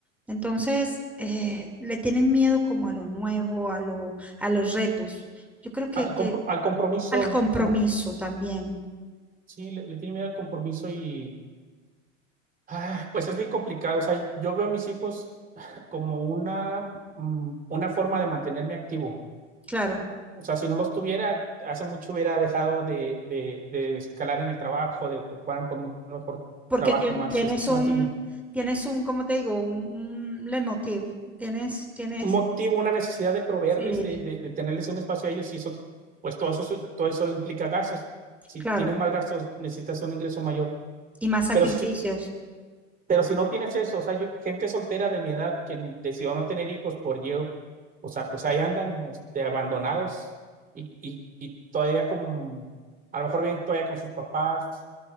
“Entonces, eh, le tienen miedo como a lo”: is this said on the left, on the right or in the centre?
Centre